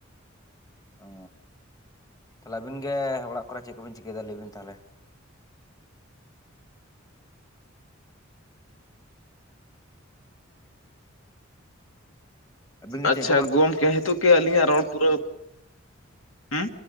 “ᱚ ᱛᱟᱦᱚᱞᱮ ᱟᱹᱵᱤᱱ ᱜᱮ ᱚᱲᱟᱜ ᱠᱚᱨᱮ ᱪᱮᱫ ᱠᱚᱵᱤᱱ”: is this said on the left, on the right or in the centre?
Left